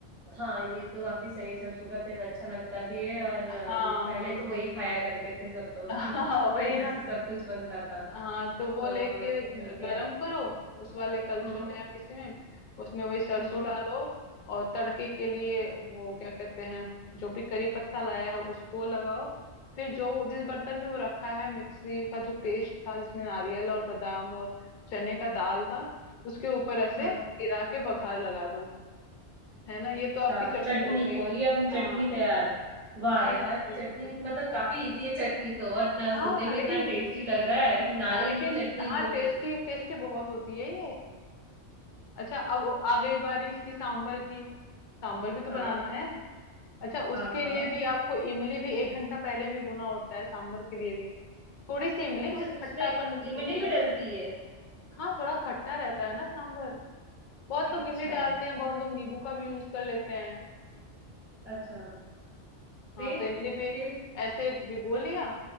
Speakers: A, on the right (about 40°); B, on the left (about 55°).
A: हाँ ये तो काफी सही है सरसों का तेल अच्छा लगता भी है और अ,
B: हाँ
A: पहले तो वही खाया करते थे सब लोग
B: हाँ
A: <laughs>
B: <laughs> वही
A: उसी
B: ना
A: से सब कुछ बनता था
B: हाँ तो वो
A: तो
B: लेके
A: ठीक
B: ग-
A: है
B: गरम करो उस वाले कलछुल
A: हम्म
B: में या किसी में उसमें वही सरसों
A: हम्म
B: डालो और तड़के के लिए वो क्या कहते हैं जो भी करी पत्ता लाया है उसको लगाओ फिर जो जिस बर्तन में वो रखा है मिक्सी का जो पेस्ट था जिसमें नारियल और बादाम और चने का दाल था उसके ऊपर ऐसे
A: हाँ,
B: गिरा के बघार लगा दो है ना ये
A: अच्छा
B: तो आपकी चटनी
A: चटनी
B: हो गई
A: को ये अपनी चटनी
B: हाँ
A: तैयार वाह
B: हम्म
A: यार
B: हम्म
A: चटनी
B: हम्म
A: मतलब काफी इजी है चटनी तो और ना
B: हाँ
A: सुनने में
B: लेकिन
A: इतना टेस्टी लग रहा है नारियल
B: हाँ लेकिन
A: की चटनी
B: हाँ
A: वो
B: टेस्टी
A: भी
B: टेस्टी बहुत होती है ये अच्छा अब आ गई बारी इसकी सांभर की सांभर भी तो
A: हाँ
B: बनाना है अच्छा
A: हाँ
B: उसके
A: हाँ
B: लिए भी आपको इमली भी एक घंटा पहले भिगोना होता है सांभर के लिए भी थोड़ी सी इमली
A: अच्छा
B: बस
A: उसमें
B: खट्टापन
A: इमली
B: जितनी
A: भी
B: आपको
A: डलती है
B: हाँ थोड़ा खट्टा रहता है ना सांभर बहुत
A: अच्छा
B: लोग इमली डालते हैं बहुत लोग नींबू का भी यूज कर लेते हैं
A: अच्छा फिर
B: हाँ तो इमली भी
A: फिर
B: ऐसे भिगो लिया